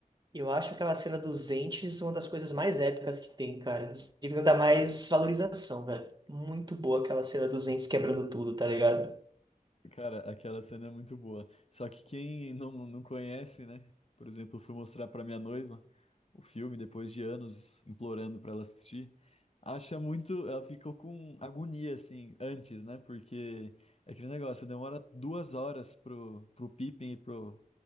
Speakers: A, on the right; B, on the left.
A: Eu acho aquela cena dos entes uma das coisas mais épicas que tem, cara. Devia dar mais valorização, velho. Muito boa aquela cena dos entes quebrando tudo, tá ligado?
B: Cara, aquela cena é muito boa. Só que quem não, não conhece, né? Por exemplo, eu fui mostrar pra minha noiva o filme depois de anos implorando pra ela assistir. Acha muito. Ela ficou com agonia, assim, antes, né? Porque é aquele negócio, demora duas horas pro, pro Pippin e pro,